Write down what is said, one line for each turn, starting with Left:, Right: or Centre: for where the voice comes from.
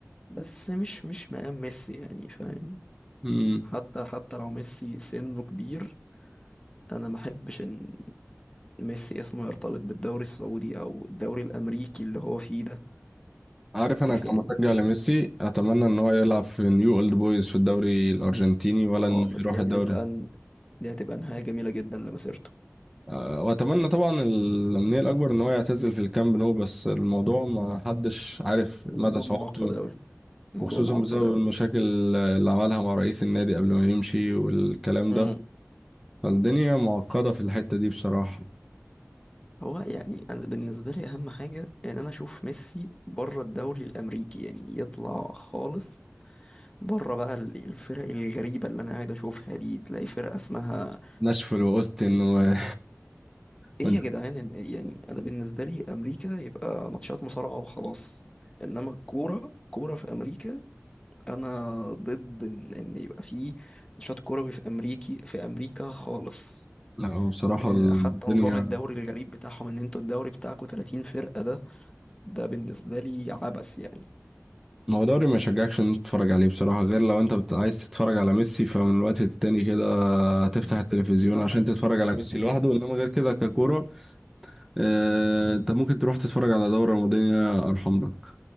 Left: بس مش مش مقام ميسي يعني فاهم
Centre: ده
Left: حتى حتى لو ميسي سنه كبير انا ما احبش ان ميسي اسمه يرتبط بالدوري السعودي او الدوري الامريكي اللي هو فيه ده
Centre: عارف انا
Left: يا اخي
Centre: كمشجع
Left: يعني
Centre: لميسي اتمنى ان هو يلعب في نيو اولد بويز في الدوري الارجنتيني ولا
Left: اه
Centre: انه يروح
Left: دي
Centre: الدوري
Left: هتبقى ن- دي هتبقى نهاية جميلة جدا لمسيرته
Centre: أه، واتمنى طبعا الامنيه الاكبر ان هو يعتزل في الكامب نو بس الموضوع ما حدش عارف
Left: الموضوع
Centre: مدى صعوبته
Left: معقد اوي الموضوع
Centre: وخصوصا
Left: معقد
Centre: بسبب المشاكل اللي عملها مع رئيس النادي قبل ما يمشي والكلام
Left: اوي
Centre: ده فالدنيا معقده في الحته دي بصراحه
Left: هو يعني انا بالنسبه لي اهم حاجه ان انا اشوف ميسي بره الدوري الامريكي يعني يطلع خالص بره بقى ال- الفرق الغريبه اللي انا قاعد اشوفها دي تلاقي فرقه اسمها
Centre: ناشفيل واوستن و...
Left: ايه
Centre: <laughs>
Left: يا جدعان إن- يعني انا بالنسبه لي امريكا يبقى ماتشات مصارعه وخلاص انما الكوره كوره في امريكا انا ضد ان إن يبقى في نشاط كروي في امريكي في امريكا خالص
Centre: لا هو بصراحه
Left: آه،
Centre: الدنيا
Left: حتى نظام الدوري الغريب بتاعهم ان انتوا الدوري بتاعكم 30 فرقه ده ده بالنسبة لي عبث يعني
Centre: هو دوري ما يشجعكش ان انت تتفرج عليه بصراحة غير لو انت بت... عايز تتفرج على ميسي فمن الوقت التاني كده تفتح
Left: مم.
Centre: التلفزيون
Left: بالظبط
Centre: عشان تتفرج على ميسي لوحده انما غير كده ككورة آه... انت ممكن تروح تتفرج على دوري رمضاني ارحم لك